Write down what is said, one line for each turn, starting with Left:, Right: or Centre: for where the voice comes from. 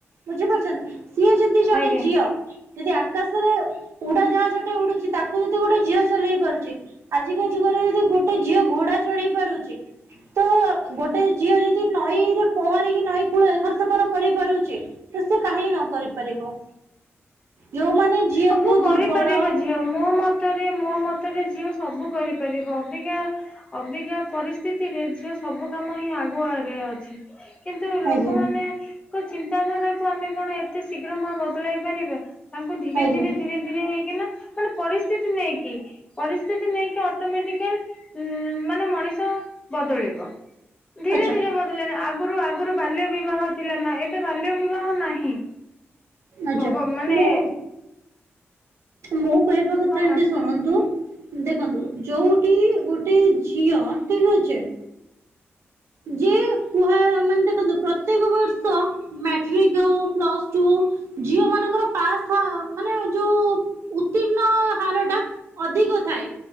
Right: ବୁଝିପାରୁଛନ୍ତି ସିଏ ଯଦି ଜଣେ
Left: ଆଜ୍ଞା।
Right: ଝିଅ। ଯଦି ଆକାଶରେ ଉଡାଜାହାଜଟେ ଉଡୁଛି ତାକୁ ଯଦି ଗୋଟେ ଝିଅ ଚଲେଇ ପାରୁଛି। ଆଜିକା ଯୁଗରେ ଯଦି ଗୋଟେ ଝିଅ ଘୋଡା ଚଢେଇ ପାରୁଛି। ତ ଗୋଟେ ଝିଅ ଯଦି ନଈରେ ପହଁରି କି ନଈ କୂଳରେ ଏଖରସେଖର କରିପାରୁଛି ଫିର୍ ସେ କାହିଁ ନ କରିପାରିବ। ଯଉମାନେ ଝିଅକୁ
Left: ସବୁ କରିପାରିବ
Right: ଦୁର୍ବଳ
Left: ଝିଅ ମୋ ମତରେ ମୋ ମତରେ ଝିଅ ସବୁ କରିପାରିବ ଅବିକା। ଅବିକା ପରିସ୍ଥିତିରେ ଝିଅ ସବୁ କାମ ହିଁ ଆଗୁଆ ରେ ଅଛି। କିନ୍ତୁ ଲୋକମାନେ
Right: ଆଜ୍ଞା
Left: ତାଙ୍କ ଚିନ୍ତାଧାରାକୁ ଆମେ କଣ ଏତେ ଶୀଘ୍ର ମା ବଦଳାଇ ପାରିବା ତାଙ୍କୁ ସେ ଧୀରେ
Right: ଆଜ୍ଞା
Left: ଧୀରେ ଧୀରେ ହେଇକିନା ମାନେ ପରିସ୍ଥିତି ନେଇକି। ପରିସ୍ଥିତି ନେଇକି ଅଟୋମେଟିକାଲ ଉଁ ମାନେ ମଣିଷ ବଦଳିବ। ଧୀରେ
Right: ଆଚ୍ଛା
Left: ଧୀରେ ବଦିଳିଲାଣି ଆଗରୁ ଆଗରୁ ବାଲ୍ୟ ବିବାହ ଥିଲା ମା ଏବେ ବାଲ୍ୟ ବିବାହ ନାହିଁ।
Right: ଆଚ୍ଛା
Left: ଓହୋ ମାନେ।
Right: ମୁଁ ମୋ କହିବା କଥା
Left: ହଁ
Right: ଆଣ୍ଟୀ
Left: ମା
Right: ଶୁଣନ୍ତୁ ଦେଖନ୍ତୁ ଯୋଉ ଟି ଗୋଟେ ଝିଅ ଠିକ ଅଛି। ଯିଏ କୁହା ମାନେ ଦେଖନ୍ତୁ ପ୍ରତ୍ୟେକ ବର ସ ମେଟ୍ରିକ ଯଉ ପ୍ଲସ ଯୋଉ ଝିଅ ମାନଙ୍କର ପାସ ଫା ମାନେ ଯୋଉ ଉତ୍ତୀର୍ଣ୍ଣ ହାର ଟା ଅଧିକ ଥାଏ